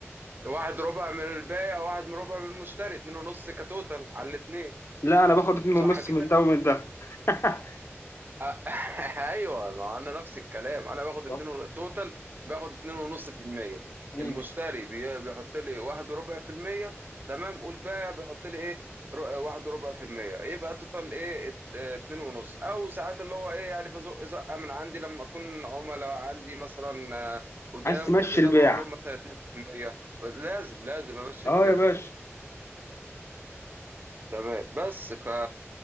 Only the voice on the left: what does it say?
لا انا باخد اتنين ونص
من ده ومن ده <laughs>
طب.
مم.
عايز تمشي
البيع
اه
يا باشا